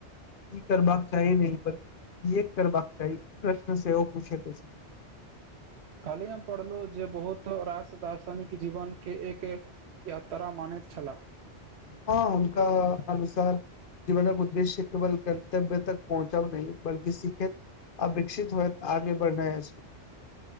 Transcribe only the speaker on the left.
ई करबाक चाही नहि बल्कि कि करबाक चाही प्रश्न सेहो पूछैत अछि
हँ हुनका अनुसार जीवनक उद्देश्य केवल गन्तव्य तक पहुँचब नहि बल्कि सीखे आ विकसित होइत आगे बढ़नाय अछि